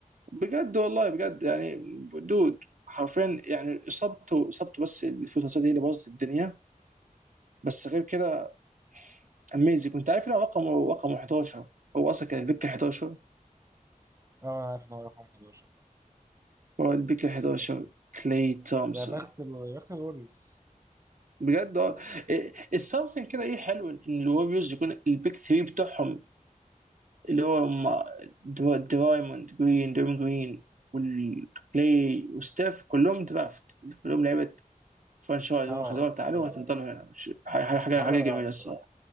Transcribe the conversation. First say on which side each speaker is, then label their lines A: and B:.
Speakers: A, on the right (about 65°); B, on the right (about 20°).
A: بجد والله بجد يعني دود حرفيا يعني اصابته اصابته بس الفوتوسات هي اللي بوظت الدنيا بس غير كده اميزنج كنت عارف ان هو رقم رقم 11 هو اصلا كان البيك 11
B: اه انا عارف ان هو رقم 11
A: هو البيك 11 كلاي تومسون
B: يا بخت ال... يا بخت الوريوز
A: بجد اه السمثينج كده ايه حلو ان الوريوز يكون البيك 3 بتاعهم اللي هو ما- درا- درايموند جرين درايموند جرين والكلاي وستاف كلهم درافت كلهم لعيبه فرانشايز
B: اه
A: هم خدوها تعالوا
B: ايوه
A: وهتفضلوا هنا مش حاجه حاجه
B: حاجه
A: حاجة
B: رائعه
A: جميله
B: الصراحه
A: الصراحه